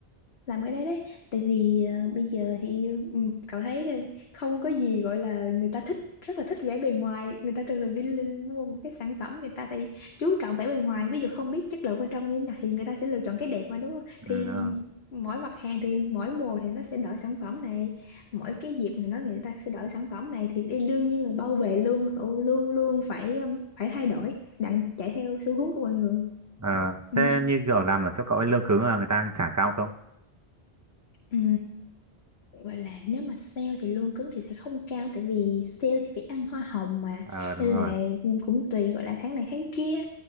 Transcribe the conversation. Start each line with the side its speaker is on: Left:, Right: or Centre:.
Left: làm cái đấy đấy tại vì ờ, bây giờ thì ừ, cậu thấy là không có gì gọi là người ta thích rất là thích vẻ bề ngoài người ta thường thường đi lên mua một cái sản phẩm người ta thì chú trọng vẻ bề ngoài ví dụ không biết chất lượng bên trong như thế nào thì người ta sẽ lựa chọn cái đẹp mà đúng không
Right: ừ,
Left: thì
Right: đúng rồi.
Left: mỗi mặt hàng thì mỗi mùa thì nó sẽ đổi sản phẩm này mỗi cái dịp này nó người ta sẽ đổi sản phẩm này thì đi- đương nhiên là bao bì luôn luôn luôn luôn phải um, phải thay đổi đặng chạy theo xu hướng của mọi người
Right: Ờ,
Left: ừ.
Right: thế như kiểu làm ở chỗ cậu ấy lương cứng là người ta trả cao không
Left: Ừ, gọi là nếu mà sale thì lương cứng thì sẽ không cao tại vì sale thì phải ăn hoa hồng mà
Right: ờ đúng
Left: nên
Right: rồi
Left: là cũng tùy gọi là tháng này tháng kia